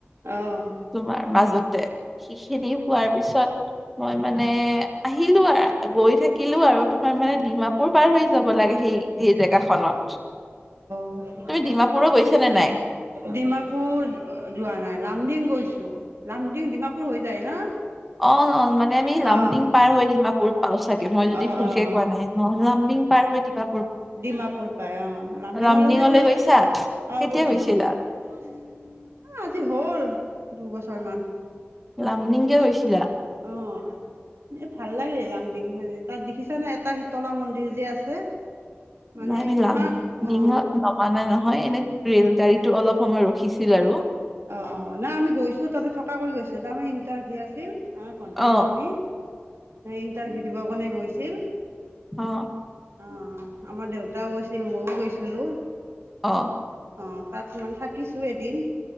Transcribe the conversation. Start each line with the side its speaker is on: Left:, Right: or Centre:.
Right: অঁ'।
Centre: তোমাৰ মাজতে সেইখিনি পোৱাৰ পিছত- মই মানে আহিলোঁ আৰু গৈ থাকিলোঁ আৰু তোমাৰ মানে ডিমাপুৰ পাৰ হৈ যাব লাগে সেই- সেই জেগাখনত। তুমি
Right: অ',
Centre: ডিমাপুৰো
Right: অ'।
Centre: গৈছা নে নাই?
Right: ডিমাপুৰ যোৱা নাই, লামডিং গৈছোঁ, লামডিং ডিমাপুৰ হৈ যায় না।
Centre: অঁ' অঁ' মানে আমি লামডিং
Right: অ
Centre: পাৰ হৈ দিমাপুৰ- পাওঁ চাগে, মই যদি
Right: অ
Centre: ভুলকে
Right: অ অ
Centre: কোৱা নাই অ', লামডিং পাৰ হৈ দিমা
Right: ডিমাপুৰ পাই অ', লামডিঙলৈকে
Centre: লামডিঙলৈ
Right: গৈছোঁ,
Centre: গৈছা কেতিয়া
Right: অ', গৈছোঁ।
Centre: গৈছিলা
Right: অ', আজি হ'ল দুবছৰ মান।
Centre: লামডিং কিয় গৈছিলা?
Right: অ'। এ ভাল লাগে লামডিং হয়, তাত দেখিছা নাই এটা শীতলা মন্দিৰ যে আছে? মানে
Centre: নাই মিলাভ,
Right: ইমান
Centre: ডিঙত
Right: অ
Centre: নমা নাই নহয় এনে ৰেল গাড়ীতো অলপ সময় ৰখিছিল আৰু।
Right: অ', নাই আমি গৈছোঁ তাতে থকা কৰি গৈছোঁ তাৰমানে ইণ্টাৰভিউ আছিল। আমাৰ ভণ্টি
Centre: অ
Right: এজনী, ইণ্টাৰভিউ দিব কাৰণে গৈছিল।
Centre: অ'।
Right: অ', আমাৰ দেউতাও গৈছিল মইও গৈছিলোঁ।
Centre: অ'।
Right: অ', তাত মানে থাকিছোঁ‌ এদিন।